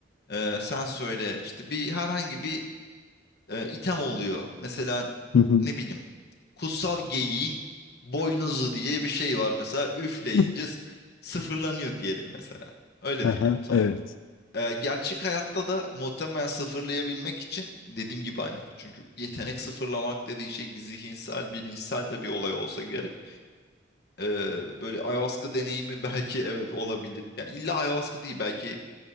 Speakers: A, on the left (about 55°); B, on the left (about 85°).
A: e, sen söyle işte bir herhangi bir e, item oluyor. Mesela
B: <laughs>
A: ne bileyim
B: <laughs>
A: kutsal geyiğin boynuzu diye bir şey var mesela üfleyince
B: <laughs>
A: s- sıfırlanıyor diyelim mesela. Öyle
B: Aha,
A: değil.
B: evet.
A: Ee, gerçek hayatta da muhtemelen sıfırlayabilmek için dediğim gibi hani çünkü yetenek sıfırlamak dediğin şey zihinsel, bilinçsel de bir olay olsa gerek. Ee, böyle ayahuasca deneyimi <laughs> belki evet olabilir. Yani illa ayahuasca değil belki